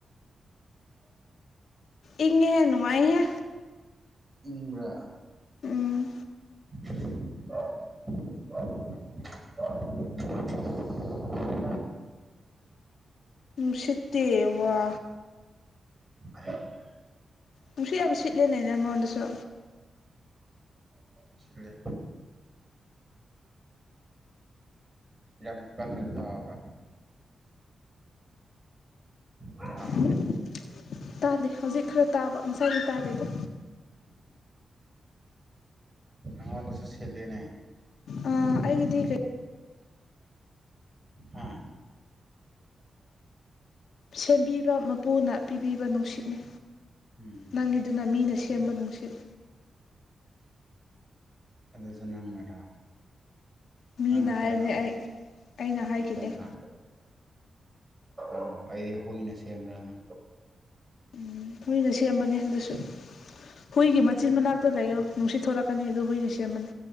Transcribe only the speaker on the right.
ꯏꯪꯕꯔꯥ
<unintelligible>
ꯍꯩꯍꯥ
ꯁꯤꯠꯂꯦ ꯌꯥꯝ ꯀꯟꯅ ꯇꯥꯕ꯭ꯔ ꯑꯥ
ꯅꯪꯉꯣꯟꯗꯁꯨ ꯁꯤꯠꯂꯦꯅꯦ
ꯍꯥ
ꯎꯝ
ꯑꯗꯨꯁꯨ ꯅꯪꯅꯔꯥ
ꯅꯪꯅ ꯁꯦꯝꯕ꯭ꯔꯥ
ꯃꯤꯅꯁꯦꯝꯕ꯭ꯔꯥ
ꯎꯝ ꯑꯩꯗꯤ ꯍꯨꯏꯅ ꯁꯦꯝꯕ꯭ꯔꯥꯅ